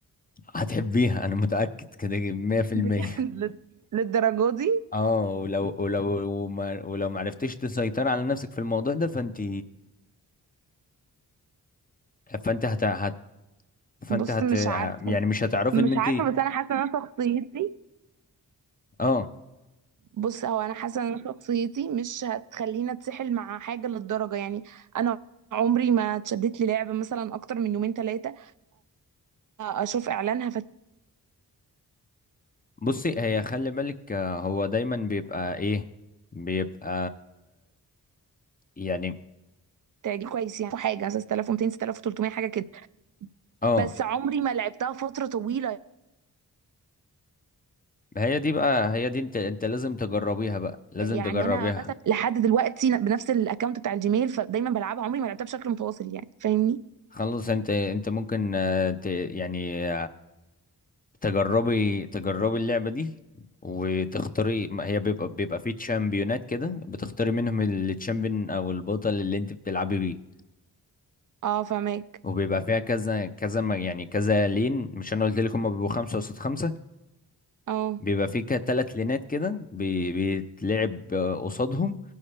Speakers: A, on the left; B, on the right.
A: هتحبيها انا متأكد كده 100%
B: بجد لل- للدرجة دي
A: اه ولو ولو وما ولو ما عرفتيش تسيطري على نفسك في الموضوع ده فانت فانت هت... هت... فانت
B: بص
A: هت...
B: مش
A: ه-
B: عارفة
A: يعني مش هتعرفي
B: مش
A: ان انت
B: عارفة بس انا حاسة ان انا شخصيتي
A: اه
B: بص هو انا حاسة ان انا شخصيتي مش هتخليني اتسحل مع حاجة للدرجة يعني انا عمري ما اتشدت لي لعبة مثلا اكتر من يومين ثلاثة اشوف اعلانها
A: بصي هي خلي بالك آه، هو دايما بيبقى ايه بيبقى يعني
B: فتعجبني كويس يعني حاجه 6200 6300 حاجه كده
A: اه
B: بس عمري ما لعبتها فتره طويله
A: هي دي بقى هي دي انت انت لازم تجربيها بقى لازم
B: يعني
A: تجربيها
B: انا مثلا لحد دلوقتي بنفس الاكونت بتاع الجيميل فدايما بلعبها عمري ما لعبتها بشكل متواصل يعني فاهمني
A: خلص انت انت ممكن آه، ت... يعني تجربي تجربي اللعبة دي وتختاري ما هي بيبقى بيبقى فيه تشامبيونات كده بتختاري منهم التشامبيون او البطل اللي انت بتلعبي بيه
B: اه فاهماك
A: وبيبقى فيها كذا كذا ما- يعني كذا لين مش انا قلت لك هم بيبقوا خمسة قصاد خمسة
B: اه
A: بيبقى فيه كده تلات لينات كده بي- بيتلعب آه، قصادهم